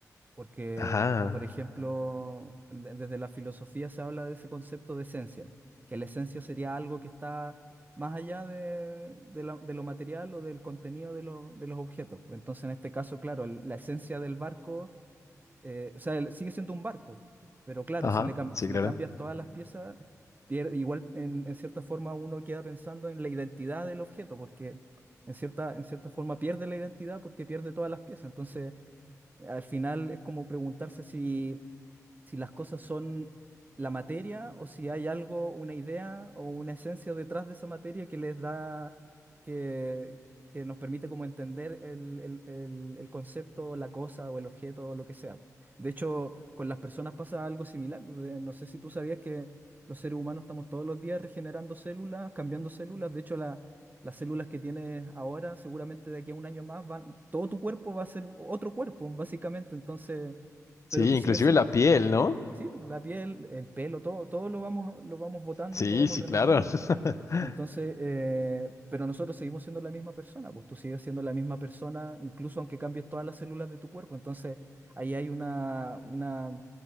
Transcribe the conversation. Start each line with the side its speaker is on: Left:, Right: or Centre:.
Right: Porque,
Left: Ajá,
Right: por ejemplo, de- desde la filosofía se habla de ese concepto de esencia, que la esencia sería algo que está más allá de, de la- de lo material o del contenido de, lo- de los objetos. Entonces, en este caso, claro, el- la esencia del barco eh, o sea, el- sigue siendo un barco, pero claro,
Left: ajá,
Right: si le, cam-
Left: sí,
Right: si
Left: claro.
Right: le cambias todas las piezas, pier- igual en, en cierta forma uno queda pensando en la identidad del objeto, porque en cierta, en cierta forma pierde la identidad porque pierde todas las piezas. Entonces, al final es como preguntarse si si las cosas son la materia o si hay algo, una idea o una esencia detrás de esa materia que les da, que, que nos permite como entender el, el, el, el concepto, la cosa o el objeto o lo que sea. De hecho, con las personas pasa algo similar. pues, De- No sé si tú sabías que los seres humanos estamos todos los días regenerando células, cambiando células. De hecho, la- las células que tienes ahora, seguramente de aquí a un año más, van, todo tu cuerpo va a ser otro cuerpo, básicamente. Entonces,
Left: Sí,
Right: pero tú
Left: inclusive
Right: sigues siendo,
Left: la piel, ¿no?
Right: Sí, pues, la piel, el pelo, todo, todo lo vamos, lo vamos botando
Left: Sí,
Right: y lo vamos
Left: sí,
Right: renovando.
Left: claro. <laughs>
Right: Entonces, eh, pero nosotros seguimos siendo la misma persona, pues tú sigues siendo la misma persona, incluso aunque cambies todas las células de tu cuerpo. Entonces, ahí hay una, una,